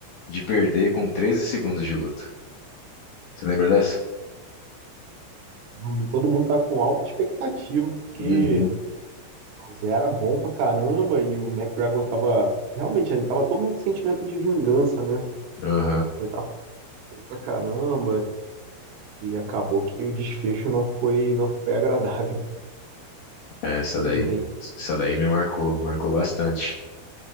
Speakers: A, on the left; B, on the right.
A: de perder com 13 segundos de luta. Você lembra dessa?
B: eu lembro, todo mundo tá com alta expectativa, porque
A: Uhum.
B: O Zé era bom pra caramba e o McGregor tava. Realmente, ele tava todo mundo com sentimento de vingança, né?
A: Aham.
B: Ele tava falando pra caramba e acabou que o desfecho não foi, não foi agradável,
A: É, Essa
B: <laughs> infelizmente.
A: daí, essa daí me marcou, marcou bastante.